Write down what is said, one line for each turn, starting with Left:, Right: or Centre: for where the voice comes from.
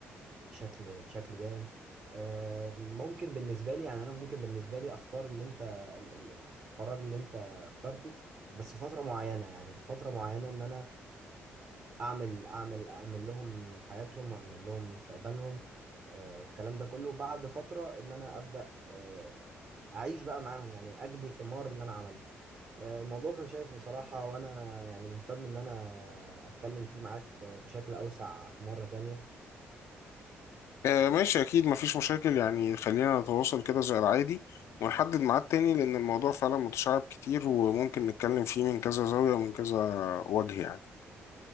Right: بشكل بشكل دائم آه، ممكن بالنسبه لي يعني انا ممكن بالنسبه لي اختار اللي انت ال- ال- القرار اللي انت اخترته بس لفتره معينه يعني لفتره معينه ان انا اعمل اعمل اعمل لهم حياتهم واعمل لهم مستقبلهم آه، والكلام ده كله بعد فترة ان انا ابدا آه، اعيش بقى معاهم يعني اجني ثمار اللي انا عملته آه، الموضوع كان شيق بصراحة وانا يعني مهتم ان انا اتكلم فيه معاك آه، بشكل اوسع في مرة تانية
Left: آه ماشي أكيد مفيش مشاكل يعني خلينا نتواصل كده زي العادي ونحدد ميعاد تاني لأن الموضوع فعلا متشعب كتير وممكن نتكلم فيه من كذا زاوية ومن كذا وجه يعني